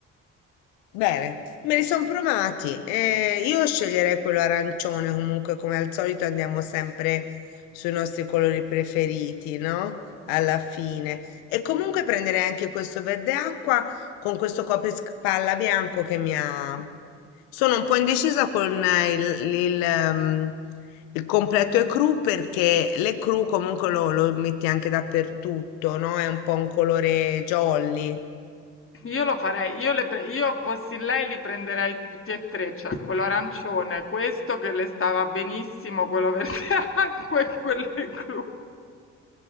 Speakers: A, on the left; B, on the left.
A: Bene, me li sono provati. Eh, io sceglierei quello arancione, comunque come al solito andiamo sempre sui nostri colori preferiti, no? Alla fine. E comunque prenderei anche questo verde acqua con questo coprispalla bianco che mi ha... Sono un po' indecisa con eh, il, il, ehm, il completo e cru perché le cru comunque lo, lo metti anche dappertutto, no? È un po' un colore jolly.
B: Io lo farei, io, le pre- io fossi lei li prenderei tutti e tre, cioè quello arancione, questo che le stava benissimo, quello verde <laughs> acqua e quello blu.